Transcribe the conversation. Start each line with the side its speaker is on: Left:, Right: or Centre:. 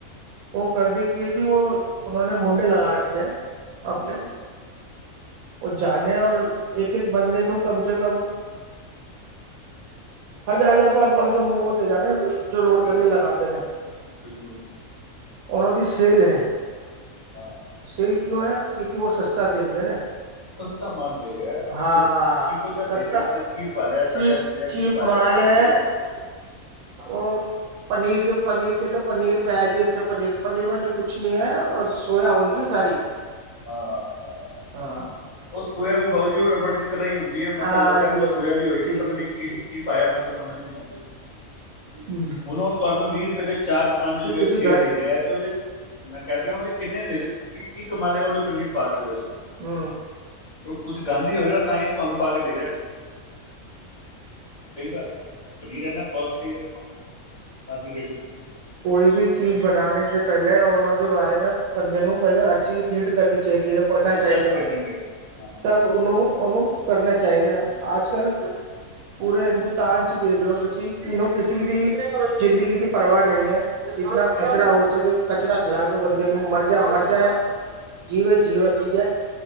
Right: ਉਹ ਕਰਦੇ ਕੀ ਆ ਜੀ, ਉਹ ਉਹਨੋ ਨੇ ਮੁੰਡੇ ਲਗਾ ਰੱਖੇ ਆ, ਅਪਨੇ
Left: ਬਿਲਕੁਲ
Right: ਉਹ ਜਾਂਨੇੇ, ਔਰ ਇੱਕ-ਇੱਕ ਬੰਦੇੇ ਨੂੰ, ਕਮ ਸੇ ਕਮ ਹਜ਼ਾਰ-ਹਜ਼ਾਰ, ਪੰਜ-ਪੰਜ ਸੌ ਮੂੰਹ ਓਤੇ ਜਾਣੇ, ਜੋ ਰੋਡ
Left: ਠੀਕ
Right: ਥੱਲੇ
Left: ਹੈ,
Right: ਲਗਾਂਦੇ ਨੇ।
Left: ਬਿਲਕੁਲ।
Right: ਉਹ ਉਹਦੀ ਸੇਲ ਹੇ,
Left: ਹਾਂ
Right: ਸੇਲ ਕਿਉਂ ਏ, ਕਿਉਂਕਿ ਉਹ ਸਸਤਾ ਦਿੰਦੇ ਨੇ।
Left: ਸਸਤਾ ਮਾਲ ਦੇ ਰਿਹਾ,
Right: ਹਾਂ
Left: ਉਹ ਕਿਹੋ ਜਿਹਾ
Right: ਸਸਤਾ
Left: ਦੇ ਰਿਹਾ ਅੰਦਰ ਕੀ ਪਾ ਰਿਹਾ ਸੜਿਆ-ਗਲਿਆ
Right: ਚੀਪ
Left: ਕੀ
Right: ਚੀਪ
Left: ਪਾ ਰਿਹਾ
Right: ਮਾਲ
Left: ਸਮਝ
Right: ਹੈ
Left: ਨੀ ਪਤਾ
Right: ਉਹ ਪਨੀਰ, ਕਿ ਪਨੀਰ ਕਿਤੇ ਪਨੀਰ ਪੈਆ ਜੀ, ਇੱਥੇ ਪਨੀਰ-ਵਨੀਰ ਕੁਛ ਨੀ ਐ, ਔਰ ਸੋਇਆ ਹੁੰਦੀ ਏ ਸਾਰੀ।
Left: ਹਾਂ ਹਾਂ
Right: ਹਾ
Left: ਉਹ ਸੋਇਆ ਵੀ ਬਾਊ ਜੀ ਉਹ ਰਬੜ ਦੀ ਤਰ੍ਹਾਂ ਹੀ ਹੁੰਦੀ ਏ, ਮੈਨੂੰ
Right: ਹਾਂਜੀ
Left: ਤਾਂ ਲੱਗਦਾ ਨਹੀਂ ਉਹ
Right: ਹਾਂਜੀ
Left: ਸੋਇਆ ਵੀ ਹੋਏਗੀ,
Right: ਜੀ
Left: ਪਤਾ
Right: ਜੀ
Left: ਨੀ ਕੀ,
Right: ਜੀ
Left: ਕੀ ਪਾਇਆ ਮੈਨ ਤਾਂ ਸਮਝ ਲਿਆਂਦੇ
Right: ਹੂੰ
Left: ਹੁਣ ਉਹ ਤੁਹਾਨੂੰ ਵੀਹ ਰੁਪਏ ਦੇ ਚਾਰ-ਪੰਜ,
Right: ਤੁਸੀਂ
Left: ਛੇ ਦੇ ਰਿਹਾ ਏ, ਤੇ ਉਹਦੇ ਮੈਂ ਕਹਿਦੇ ਨਾ, ਉਹਦੇ ਕਿੰਨੇ ਦੇ ਕੀ-ਕੀ ਕਮਾਲੇ, ਉਹਦੇ ਪਨੀਰ ਪਾਕੇ ਉਹਦੇ'ਚੋ।
Right: ਹੂੰ
Left: ਉਹ ਕੁਛ ਗੰਦ ਹੀ ਹੋਏਗਾ, ਤਾਂਈ ਤਾ ਤੁਹਾਨੂੰ ਪਾਕੇ ਦੇ ਰੇ ਆ। ਸਹੀ ਗੱਲ ਏ, ਪਨੀਰ ਇੰਨਾ ਕੋਸਟਲੀ ਏ ਅੱਜ ਦੀ ਡੇਟ'ਚ।
Right: ਕੋਈ ਵੀ ਚੀਜ਼ ਬਣਾਨੇ'ਚ ਪੇਲੇ, ਉਹਦੇ ਬਾਰੇ ਮੈਂ ਬੰਦੇ ਨੂੰ ਪਹਿਲੇ ਹਰ ਚੀਜ਼ ਰੀਡ ਕਰਨੀ ਚਾਈਦੀ ਏ। ਪੜਨਾ
Left: ਤੁਸੀਂ
Right: ਚਾਹੀਦਾ,
Left: ਸਰਚ ਕਰਨੀ ਚਾਹੀਦੀ ਹਾਂ
Right: ਤਬ ਉਹਨੂੰ-ਉਹਨੂੰ ਕਰਨਾ ਚਾਹੀਦਾ, ਅੱਜ-ਕੱਲ ਪੂਰੇ ਹਿੰਦੁਸਤਾਨ'ਚ
Left: ਹਾਂ,
Right: ਦੇਖਲੋ ਤੁਸੀ, ਕਿਨੂੰ ਕਿਸੇ ਦੀ ਜ਼ਿੰਦਗੀ ਦੀ ਪਰਵਾਹ ਨਹੀ ਏ। ਜਿਤਨਾ
Left: ਨਹੀਂ
Right: ਕਚਰਾ
Left: ਹੈ ਜੀ
Right: ਹੋ
Left: ਨਹੀਂ,
Right: ਸਕੇ ਕਚਰਾ ਖਿਲਾਦੋ ਬੰਦੇ
Left: ਬਸ
Right: ਨੂੰ, ਮਰਜਾ ਮਰ
Left: ਬਸ
Right: ਜਾਏ।
Left: ਬਸ ਬਸ।
Right: ਜੀ ਵ, ਜੀ ਵ, ਜੀਜਾ,